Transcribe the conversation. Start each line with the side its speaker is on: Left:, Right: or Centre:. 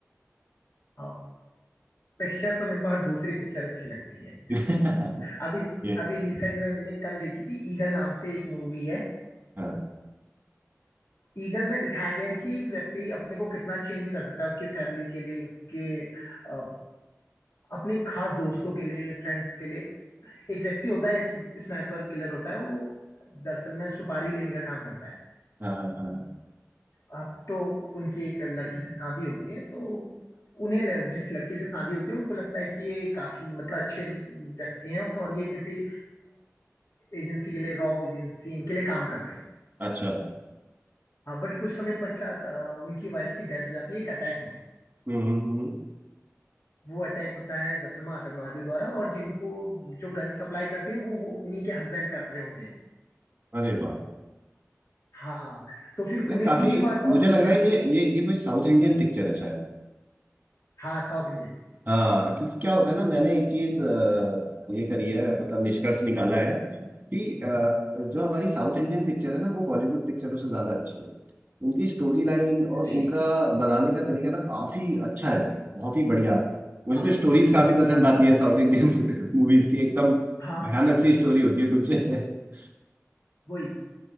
Left: हाँ पिक्चर तो मेरे को हर दूसरी पिक्चर अच्छी लगती है
Right: <laughs>
Left: अभी
Right: ये
Left: अभी रिसेंट में मैंने कल देखी थी ईगल नाम से एक मूवी है
Right: हाँ
Left: ईगल में दिखाया गया है कि एक व्यक्ति अपने को कितना चेंज कर सकता है उसकी फैमिली के लिए उसके अ, अपने खास दोस्तों के लिए फ्रेंड्स के लिए एक व्यक्ति होता है स्नाइपर किलर होता है वो दरअसल में सुपारी लेने का काम करता है
Right: हाँ हाँ हाँ हाँ।
Left: अब तो उनकी एक लड़की से शादी होती है तो उन्हें ल- जिस लड़की से शादी होती है उनको लगता है कि ये काफी मतलब अच्छे व्यक्ति हैं और ये किसी एजेंसी के लिए रॉ एजेंसी इनके लिए काम करते हैं
Right: अच्छा
Left: हाँ बट कुछ समय पश्चात अ, उनकी वाइफ की डेथ हो जाती है एक अटैक में
Right: हम्म हम्म, हम्म, हम्म।
Left: वो अटैक होता है दरअसल में आतंकवादियों द्वारा और जिनको जो गन सप्लाई करते हैं वो वो उन्हीं के हस्बैंड कर रहे होते हैं
Right: अरे वाह
Left: हाँ तो फिर
Right: अरे
Left: उन्हें
Right: काफी
Left: ये बात बहुत
Right: मुझे
Left: बुरी
Right: लग
Left: लगती
Right: रहा है ये
Left: है
Right: ये ये कोई साउथ इंडियन पिक्चर है
Left: हाँ साउथ इंडियन
Right: हाँ क्योंकि क्या होता है ना मैंने एक चीज अ, ये करी है मतलब निष्कर्ष निकाला है कि अ, जो हमारी साउथ इंडियन पिक्चर है ना वो बॉलीवुड पिक्चरों से ज्यादा अच्छी है उनकी स्टोरी लाइन और
Left: अच्छी
Right: उनका
Left: है
Right: बनाने का तरीका ना काफी अच्छा है बहुत ही बढ़िया मुझे
Left: हाँ
Right: तो स्टोरीज काफी पसंद
Left: अब
Right: आती है साउथ इंडियन <laughs> मूवीज की एकदम
Left: हाँ
Right: भयानक सी स्टोरी होती है कुछ <laughs>
Left: वही